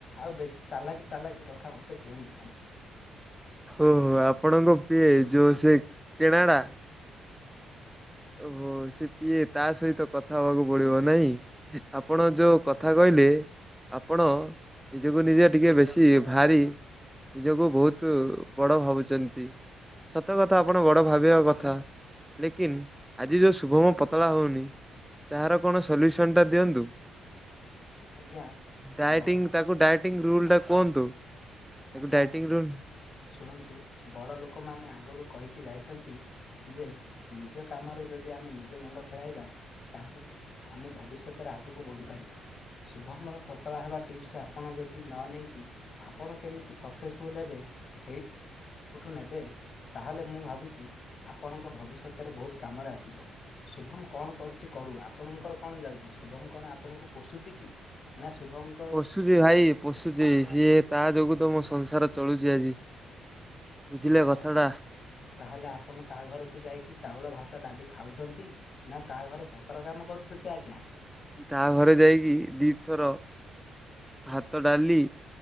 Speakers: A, on the left (about 50°); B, in the centre.
A: ଆଉ ବେଶୀ ଚାଲାକି ଚାଲାକି କଥା ମୋତେ କୁହନ୍ତୁ ନାହିଁ।
B: ଓହୋ ଆପଣଙ୍କ ପିଏ ଯୋଉ ସେ କେଣାଡା? ଓହୋ ସେ ପିଏ ତା ସହିତ କଥା ହବାକୁ ପଡିବ ନାଇଁ, ଆପଣ ଯୋଉ କଥା କହି ଲେ ଆପଣ ନିଜକୁ ନିଜେ ଟିକେ ବେଶୀ ଭାରି ନିଜକୁ ବହୁତ ବଡ ଭାବୁଚନ୍ତି। ସତ କଥା ଆପଣ ବଡ ଭାବିବା କଥା, ଲେକିନ ଆଜି ଯୋଉ ଶୁଭମ ପତଳା ହଉନି ତାହାର କଣ ସଲ୍ୟୁସନ ଟା ଦିଅନ୍ତୁ?
A: ଆଜ୍ଞା
B: ଡାଇଟିଂ
A: ବଡ଼ମାନେ
B: ତାକୁ ଡାଇଟିଂ ରୁଲ ଟା କୁହନ୍ତୁ। ତାକୁ
A: ଆଜ୍ଞା
B: ଡାଏଟିଂ ରୁଲ
A: ଶୁଣନ୍ତୁ ବଡ଼ ଲୋକମାନେ ଆଗରୁ କହିକି ଯାଇଛନ୍ତି ଯେ, ନିଜ କାମରେ ଯଦି ଆମେ ନିଜେ ମୁଣ୍ଡ ଖେଳାଇବା ତାହେଲେ ଆମେ ଭବିଷ୍ୟତରେ ଆଗକୁ ବଢିପାରିବା। ଶୁଭମର ପତଳା ହେବା ଟିପ୍ସ ଆପଣ ଯଦି ନ ନେଇକି ଆପଣ କେମିତି ସକ୍ସେସଫୁଲ୍ ହେବେ ସେଇ ଯୋଉଠୁ ନେବେ ତାହେଲେ ମୁଁ ଭାବୁଛି ଆପଣଙ୍କ ଭବିଷ୍ୟତରେ ବହୁତ କାମରେ ଆସିବ। ଶୁଭମ କଣ କରୁଛି କରୁ, ଆପଣଙ୍କର କଣ ଯାଉଛି ଶୁଭମ କଣ ଆପଣଙ୍କୁ ପୋଷୁଛି କି ନା ଶୁଭମଙ୍କ
B: ପୋଶୁଚି ଭାଇ ପୋଶୁଚି ସିଏ, ତା ଯୋଗୁ ତ ମୋ ସଂସାର ଚଳୁଛି ଆଜି। ବୁଝିଲେ
A: ଆଚ୍ଛା
B: କଥାଟା
A: ଆଚ୍ଛା ତାହେଲେ ଆପଣ ତା ଘରକୁ ଯାଇକି ଚାଉଳ, ଭାତ, ଡାଲି ଖାଉଛନ୍ତି। ନା ତା ଘରେ ଚାକର କାମ କରୁଛନ୍ତି ଆଜ୍ଞା
B: ତା ଘରେ ଯାଇକି ଦିଥର ଭାତ, ଡାଲି